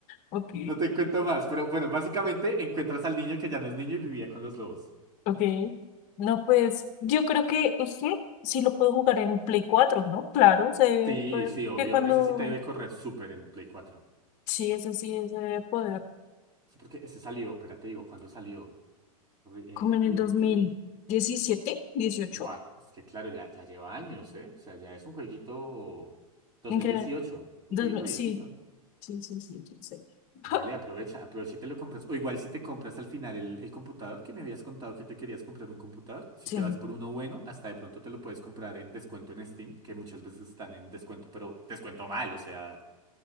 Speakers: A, on the left; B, on the right.
A: Ok,
B: no te cuento más. Pero bueno, básicamente encuentras al niño que ya no es niño y vivía con los lobos.
A: ok. No, pues yo creo que sí, sí lo puedo jugar en Play cuatro ¿no? Claro, se debe
B: Sí,
A: poder.
B: sí, obvio.
A: Que cuando.
B: Ese sí te debe correr súper en Play cuatro
A: Sí, ese sí, ese debe poder.
B: Sí, porque ese salió, espérate, te digo, ¿cuándo salió? Re-
A: como
B: eh,
A: en
B: Red
A: el dos mil
B: Dead.
A: diecisiete dieciocho
B: Buah, es que claro, ya, ya lleva años, ¿eh? O sea, ya es un jueguito dos
A: ¿En
B: mil
A: qué?
B: dieciocho, un
A: Dos
B: jueguito
A: mil-
B: viejito.
A: sí, sí, sí, sí, sí. Sí. <laughs>
B: Dale, aprovecha, aprovecha y te lo compras. O igual si te compras al final el, el computador, que me habías contado que te querías comprar un computador, si
A: Sí.
B: te vas por uno bueno, hasta de pronto te lo puedes comprar en descuento en Steam, que muchas veces están en descuento, pero descuento mal, o sea,